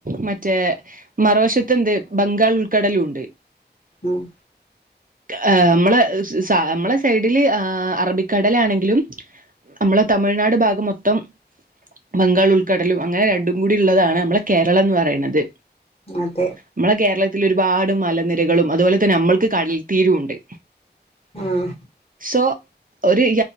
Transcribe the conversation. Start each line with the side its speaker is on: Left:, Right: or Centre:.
Right: മറ്റേ മറുവശത്ത് ന്ത് ബംഗാൾ ഉൾക്കടലുണ്ട്
Left: ഉം
Right: ഏ മ്മളെ നമ്മളെ സൈഡില് ആ അറബിക്കടലാണെങ്കിലും നമ്മളെ തമിഴ്നാട് ഭാഗം മൊത്തം ബംഗാൾ ഉൾക്കടലും അങ്ങനെ രണ്ടും കൂടിള്ളതാണ് നമ്മളെ കേരളംന്ന് പറയുന്നത്
Left: അതെ
Right: നമ്മള കേരള ഒരുപാട് മലനിരകളും അതുപോലെ തന്നെ നമ്മൾക്ക് കടൽ തീരുണ്ട്
Left: ഉം
Right: സോ ഒരു